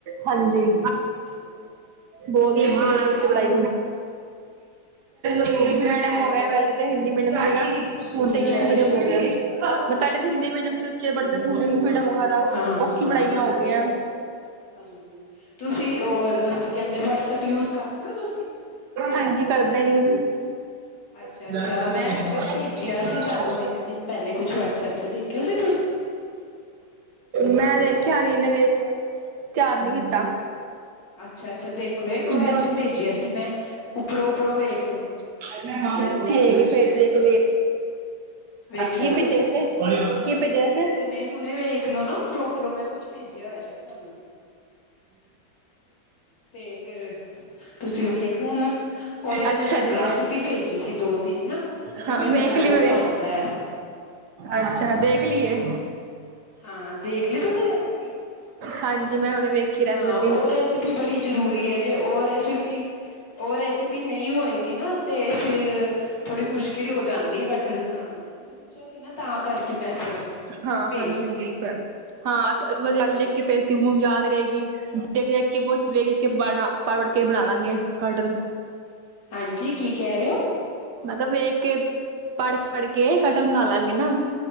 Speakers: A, on the right (about 70°); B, on the left (about 75°).
A: ਹਾਂਜੀ
B: ਹਨਾ
A: ਬਹੁਤ
B: ਹੋਰ ਦੱਸੋ
A: ਚਲਾਈ <inaudible> ਇੰਗਲਿਸ਼ ਮੀਡੀਅਮ
B: ਹੋਰ
A: ਹੋ ਗਿਆ ਪਹਿਲਾਂ ਤਾਂ ਹਿੰਦੀ ਮੀਡੀਅਮ ਸੀਗਾ ਹੁਣ।
B: ਕੀ ਕਹਿ
A: ਮੀਡੀਅਮ
B: ਰਹੇ ਸੀ
A: ਹੋ ਗਿਆ ਮੈਂ ਪਹਿਲੇ ਤਾਂ ਹਿੰਦੀ ਮੀਡੀਅਮ ਚ ਬੱਚੇ ਪੜਦੇ ਹੁਣ ਸਾਰਾ
B: ਹਾਂ
A: ਔਖੀ
B: ਹਾਂ
A: ਪੜ੍ਹਾਈਆਂ ਹੋ ਗਈਆਂ।
B: ਹਾਂਜੀ ਤੁਸੀਂ ਔਰ ਕੀ ਕਹਿੰਦੇ ਵਟਸਐਪ ਯੂਜ ਕਰਦੇ ਹੋ ਤੁਸੀਂ
A: ਹਾਂਜੀ ਕਰਦੇ ਯੂਜ।
B: ਅੱਛਾ
A: <unintelligible>
B: ਅੱਛਾ ਮੈਂ ਭੇਜਿਆ ਸੀ ਤੁਹਾਨੂੰ ਇੱਕ ਦਿਨ ਪਹਿਲੇ ਕੁਛ ਵਟਸਐਪ ਤੇ ਦੇਖਿਆ ਸੀ ਤੁਸੀਂ
A: ਮੈਂ ਦੇਖਿਆ। ਰੇਲਵੇ ਧਿਆਨ ਨਹੀਂ ਕੀਤਾ।
B: ਅੱਛਾ ਅੱਛਾ ਦੇਖੋ ਇੱਕ ਵਾਰੀ
A: ਦਆ
B: ਭੇਜਿਆ ਸੀ ਮੈਂ ਉੱਪਰੋਂ ਉੱਪਰੋਂ ਵੇਖ ਲੋ
A: <unintelligible> ਠੀਕ ਭੇਜ <unintelligible> ਇੱਕ
B: ਵੇਖਿਆ
A: ਕੀ ਭੇਜਿਆ
B: ਤੁਸੀਂ
A: ਸੀ ਕੀ ਭੇਜਿਆ ਸੀ
B: ਹੁਣੇ ਹੁਣੇ ਵੇਖ ਲੋ ਨਾ ਉੱਪਰੋਂ ਉੱਪਰੋਂ ਮੈਂ ਕੁਛ ਭੇਜਿਆ ਹੋਇਆ ਸੀ ਤੁਹਾਨੂੰ ਤੇ ਫਿਰ ਤੁਸੀਂ ਵੇਖ ਲੈਣਾ ਉਹਦੇ ਤੇ
A: ਅੱਛਾ
B: ਮੈਂ ਤੁਹਾਨੂੰ
A: ਜੀ
B: ਰੈਸਿਪੀ ਭੇਜੀ ਸੀ ਦੋ ਤਿੰਨ ਨਾ ਕਿਵੇਂ
A: ਹਾਂ
B: ਮਤਲਬ
A: ਵੇਖਲੀ
B: ਉਹ
A: ਮੈ ਵੇ
B: ਬਣਦਾ ਹੈ
A: ਅੱਛਾ ਦੇਖ ਲਈਏ।
B: ਹਾਂ ਦੇਖ ਲਈ ਤੁਸੀਂ ਰੈਸਪੀ?
A: ਹਾਂਜੀ ਮੈਂ ਹੁਣ ਵੇਖੀ ਰੈਸਪੀ
B: ਹਾਂ ਉਹ ਰੈਸਿਪੀ ਬੜੀ ਜ਼ਰੂਰੀ ਹੈ ਜੇ ਉਹ ਰੈਸਿਪੀ ਉਹ ਰੈਸਪੀ ਵੀ ਨਹੀਂ ਹੋਏਗੀ ਨਾ ਤੇ ਫੇਰ ਥੋੜੀ ਮੁਸ਼ਕਿਲ ਹੋ ਜਾਂਦੀ ਹੈ ਕਟਠਲ ਬਣਾਉਣ ਚ ਤੁਸੀਂ ਪੁੱਛਿਆ। ਸੀ ਤਾਂ ਕਰਕੇ ਮੈਂ ਫਿਰ।
A: ਹਾਂ
B: ਭੇਜਤੀ
A: ਹਾਂਜੀ ਹਾਂਜੀ ਅੱਛਾ ਹਾਂ
B: ਹਾਂਜੀ।
A: ਵਧੀਆ ਲਿਖ ਕੇ ਭੇਜਦੀ ਹੁਣ ਯਾਦ ਰਹੇਗੀ। ਮੈਂ ਕਿਹਾ ਵੇਖ ਵੇਖ ਕੇ ਪੜ ਪੜ ਕੇ ਬਣਾ ਲਵਾਂਗੇ ਕਟਹਲ।
B: ਹਾਂਜੀ ਕੀ ਕਹਿ ਰਹੇ ਹੋ?
A: ਮੈਂ ਕਿਹਾ ਵੇਖ ਕੇ, ਪੜ ਪੜ ਕੇ ਕਟਲ ਬਣਾ ਲਾਂਗੇ ਨਾ।